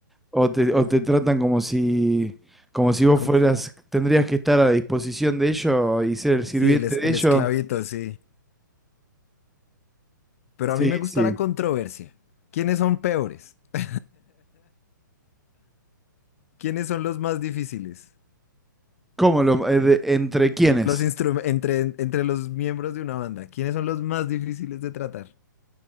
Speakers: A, in the centre; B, on the left.
A: o te, o te tratan como si, como si vos
B: ¿Cómo
A: fueras,
B: se-
A: tendrías que estar a la disposición de ellos y ser el sirviente
B: Sí, el, es-
A: de
B: el
A: ellos.
B: esclavito, sí. Pero
A: Sí,
B: a mí me gusta
A: sí.
B: la controversia. ¿Quiénes son peores? <laughs> ¿Quiénes son los más difíciles?
A: ¿Cómo lo, eh, de- entre quiénes?
B: Los instrum- entre, entre los miembros de una banda, ¿quiénes son los más difíciles de tratar?